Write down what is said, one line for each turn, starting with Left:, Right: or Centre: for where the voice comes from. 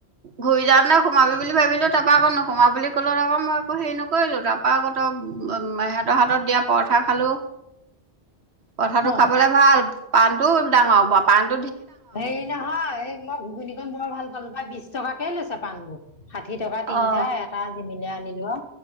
Right: ঘূৰি যা নে সোমাবি বুলি ভাবিলো তাৰপৰা আকৌ নোসোমায় বুলি ক'লও তাৰপৌ মই আ হেৰি নকৰিলো ত বাহতক সিহঁতৰ হাতত দিয়া পৰঠা খালো পঠাটো
Left: অ
Right: খাবলে ভাল পাণটো ডাঙৰ হ
Left: হেৰি নহয় মই ঘুগুনি কন বৰ ভাল পালো পাই বিশ টকা লৈছে পাণবোৰ? ষাঠি টকা তিনটা
Right: অ',
Left: এটা মিলি আনিলো